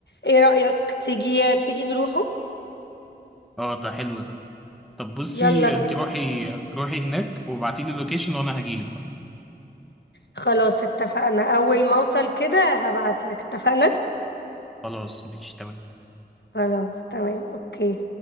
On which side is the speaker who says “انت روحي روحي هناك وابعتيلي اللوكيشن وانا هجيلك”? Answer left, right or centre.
Centre